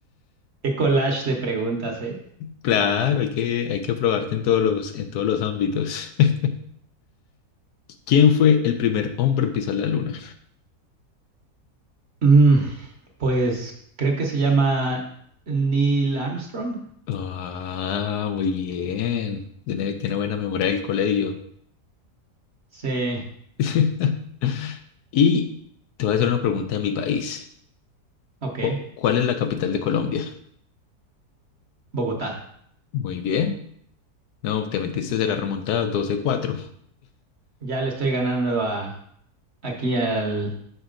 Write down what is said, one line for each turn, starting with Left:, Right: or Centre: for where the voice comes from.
Right: Qué collage de preguntas, ¿eh?
Left: Claro, hay que, hay que probarte en todos los, en todos los ámbitos. <laughs> ¿Quién fue el primer hombre en pisar la luna?
Right: Mm, pues creo que se llama Neil Armstrong.
Left: Ah, muy bien. Tiene, tiene buena memoria del colegio.
Right: Sí,
Left: <laughs> Y te voy a hacer una pregunta de mi país.
Right: ok.
Left: Cu- ¿Cuál es la capital de Colombia?
Right: Bogotá.
Left: Muy bien. No, te metiste de la remontada doce cuatro.
Right: Ya le estoy ganando a aquí al.